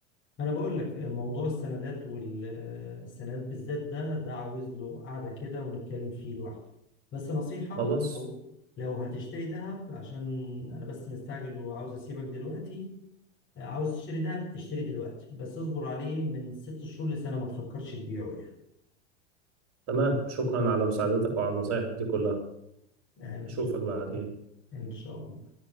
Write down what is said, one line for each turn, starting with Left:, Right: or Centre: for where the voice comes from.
Left: أنا بقول لك موضوع السندات والسندات بالذات ده ده عاوز له قعدة كده ونتكلم فيه لوحده بس نصيحة
Right: خلاص
Left: لو لو هتشتري ذهب عشان أنا بس مستعجل وعاوز أسيبك دلوقتي عاوز تشتري ذهب اشتري دلوقتي بس اصبر عليه من ست شهور لسنة ما تفكرش تبيعه يعني
Right: تمام شكرا على مساعدتك وعلى النصايح دي كلها
Left: آه،
Right: اشوفك بعدين
Left: ان شاء الله.